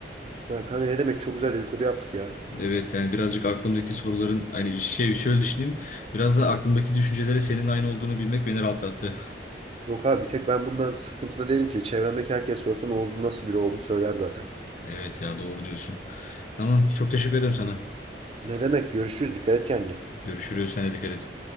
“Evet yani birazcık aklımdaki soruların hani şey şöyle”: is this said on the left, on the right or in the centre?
Left